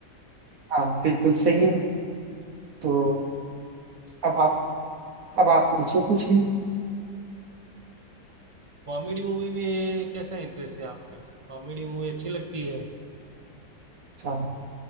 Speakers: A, on the right (about 60°); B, on the right (about 30°).
A: हाँ बिल्कुल सही है तो अब आप अब आप पूछो कुछ भी
B: कॉमेडी मूवी में कैसा इंटरेस्ट है आपका कॉमेडी मूवी अच्छी लगती है
A: हाँ